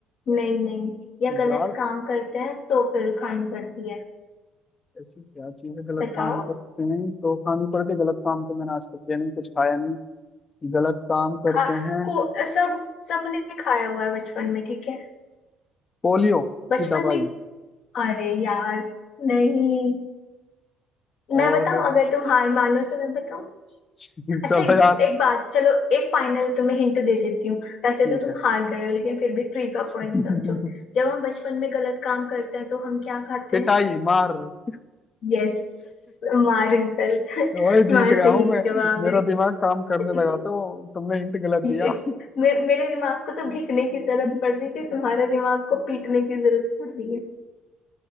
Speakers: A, on the left; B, on the left.
A: नहीं नहीं या गलत
B: यार
A: काम करते हैं तो फिर खानी पड़ती है
B: ऐसी क्या चीजें गलत
A: बताओ
B: काम करते हैं तो खानी पड़ती है? गलत काम तो मैंने आज तक किया नहीं कुछ खाया नहीं गलत काम
A: खा
B: करते हैं
A: को सब सबने खाया हुआ है बचपन में ठीक है
B: पोलियो
A: बचपन
B: की दवाई
A: में अरे यार नहीं मैं
B: और
A: बताऊं अगर तुम हार मानो तो मैं बताऊं
B: <laughs>
A: अच्छा
B: चलो
A: एक,
B: यार
A: एक बात चलो एक फाइनल तुम्हें हिंट दे देती हूँ वैसे
B: ठीक
A: तो तुम
B: है
A: हार गए हो लेकिन फिर भी ट्री का
B: <laughs>
A: पॉइंट समझो जब हम बचपन में गलत काम करते हैं तो हम क्या खाते
B: पिटाई
A: हैं
B: मार <laughs>
A: यस मार रिजल्ट <laughs>
B: ओए जीत
A: मार
B: गया
A: सही
B: हूं मैं
A: जवाब
B: मेरा
A: है
B: दिमाग काम करने
A: <laughs>
B: लगा था वो तुमने हिंट गलत
A: ये-
B: दिया
A: मे, मेरे दिमाग को तो घिसने की जरूरत
B: <laughs>
A: पड़ रही थी तुम्हारे दिमाग को पीटने की जरूरत पड़ रही है